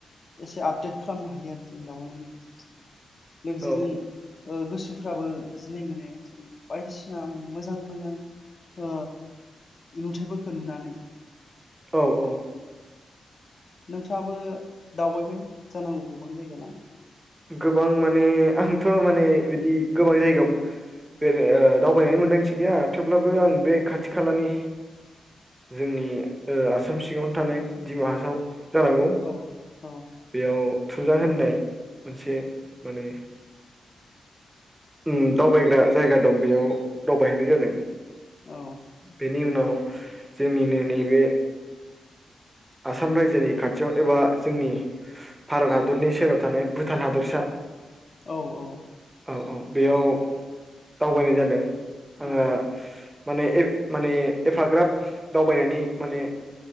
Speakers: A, on the left; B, on the right.
A: एसे आपडेट खालामनो हायो आरो जों दावबायनायनि गेजेरजों। लोगोसे
B: औ
A: जों ओ गोसोफ्राबो गोजोननाय मोनो जों बायदिसिना मोजां मोजां ओ नुथायफोरखौ नुनानै
B: औ औ
A: नोंथाङाबो दावबायबाय जानांगौ गोबां जायगा ना
B: गोबां माने आंथ माने बिदि गोबां जायगायाव बेराय ओ दावबायनानै मोनदांथि गैया थेवब्लाबो आं बे खाथि खालानि जोंनि ओ आसाम सिङावनो थानाय दिडिमा हासाव जानांगौ
A: औ औ
B: बेयाव थुमजां होननाय मोनसे माने ओम दावबायग्रा जायगा दं बेयाव दावबायहैनाय जादों।
A: औ
B: बेनि उनाव जोंनिनो नैबे आसाम रायजोनि खाथियाव एबा जोंनि भारत हादरनि सेराव थानाय भुटान हादरसा
A: औ औ।
B: औ औ बेयाव दावबायनाय जादों।
A: औ।
B: आंहा माने माने एफाग्राब दावबायनायनि माने